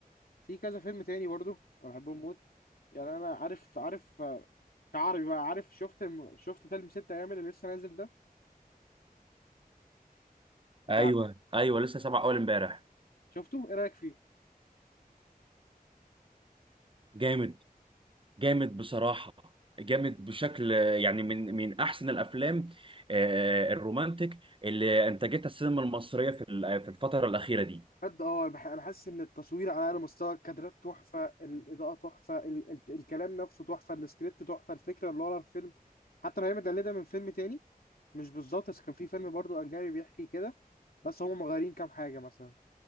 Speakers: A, on the left; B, on the right.
A: في كذا فيلم تاني برضه انا بحبهم موت يعني انا عارف عارف كعربي بقى عارف شفت شفت فيلم ست ايام اللي لسه نازل ده بتاع
B: ايوه
A: <laughs>
B: ايوه لسه سبع اول امبارح
A: شفته ايه رايك فيه
B: جامد جامد بصراحه جامد بشكل يعني من من احسن الافلام آه، الرومانتك اللي انتجتها السينما المصريه في ال- في الفتره الاخيره دي
A: بجد اه انا بح- أنا حاسس ان التصوير على اعلى مستوى الكادرات تحفه الاضاءه تحفه ال... ال... الكلام نفسه تحفه السكريبت تحفه الفكره اللي ورا الفيلم حتى لو هي متقلده من فيلم تاني مش بالظبط بس كان في فيلم برضو اجنبي بيحكي كده بس هم مغيرين كام حاجه مثلا